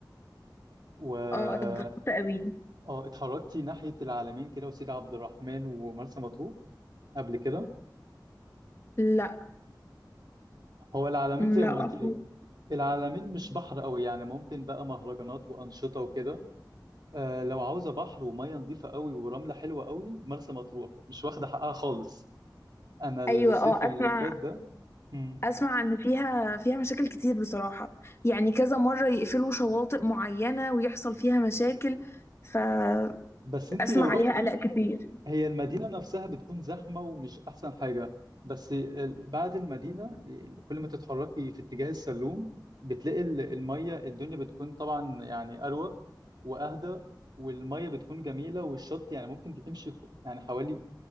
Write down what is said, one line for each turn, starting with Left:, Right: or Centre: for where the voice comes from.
Right: و
Left: اه اتبسطت قوي
Right: اه اتحركتي ناحية العلمين كده وسيدي عبد الرحمن ومرسى مطروح قبل كده
Left: لا
Right: هو العلمين
Left: م،
Right: زي
Left: لا
Right: ما قلت لك العلمين مش بحر قوي يعني ممكن بقى مهرجانات وأنشطة وكده آه لو عاوزة بحر ومية نظيفة قوي ورملة حلوة قوي مرسى مطروح مش واخدة حقها خالص أنا الصيف
Left: ايوه اه
Right: اللي
Left: اسمع
Right: فات ده مم.
Left: اسمع ان فيها فيها مشاكل كتير بصراحة يعني كذا مرة يقفلوا شواطئ معينة ويحصل فيها مشاكل فاسمع
Right: بس انتي لو رحتي
Left: عليها قلق كتير
Right: هي المدينة نفسها بتكون زحمة ومش أحسن حاجة بس ال- بعد المدينة كل ما تتحركي في اتجاه السلوم بتلاقي ال- المية الدنيا بتكون طبعا يعني أروق وأهدى والمية بتكون جميلة والشط يعني ممكن انت تمشي خ- يعني حوالي